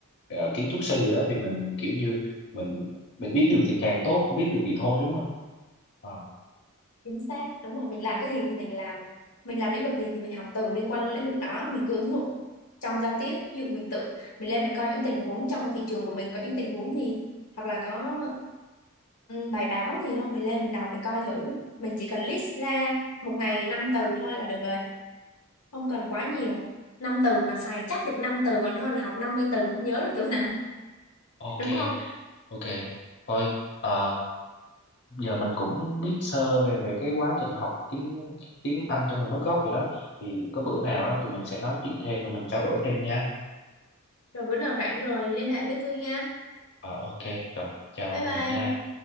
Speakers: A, on the left; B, on the left.
A: ờ, kiến trúc sư gì đó thì mình kiểu như mình mình biết được thì càng tốt, không biết được thì thôi đúng không? Ờ,
B: chính xác đúng rồi mình làm cái gì thì mình làm mình làm lĩnh vực gì thì mình học từ liên quan đến lĩnh vực đó mình cứ ứng dụng trong giao tiếp ví dụ mình tự mình lên mình coi những tình huống trong thị trường của mình có những tình huống gì hoặc là có Ừ, bài báo thì không mình lên mình đọc mình coi thử mình chỉ cần list ra một ngày 5 từ thôi là được rồi không cần quá nhiều năm từ mà xài chắc được 5 từ còn hơn là học 50 từ không nhớ được từ nào
A: ok.
B: đúng không
A: Ok, thôi ờ, giờ mình cũng biết sơ về về cái quá trình học tiếng tiếng Anh cho người mới gốc vậy đó. Thì có bữa nào á tụi mình sẽ nói chuyện thêm rồi mình trao đổi thêm nha.
B: rồi bữa nào rảnh rồi liên hệ với tôi nha
A: Ờ ok, rồi chào
B: bye
A: Huyền
B: bye
A: nha.